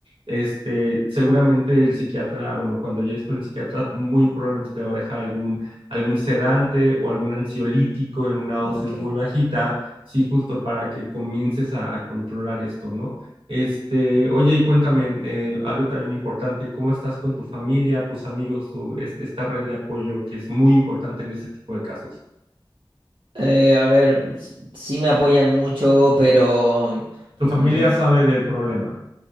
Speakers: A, on the right; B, on the right.
A: este, seguramente el psiquiatra, bueno, cuando llegues con el psiquiatra, muy probablemente te va a dejar algún, algún sedante o algún ansiolítico en una dosis
B: ok.
A: muy bajita, sí, justo para que comiences a, a controlar esto, ¿no? Este, oye, y cuéntame, eh, algo también importante, ¿cómo estás con tu familia, tus amigos, tu, este, esta red de apoyo que es muy importante en este tipo de casos?
B: Eh, a ver, s- sí me apoyan mucho, pero...
A: Tu
B: mm,
A: familia sabe del problema,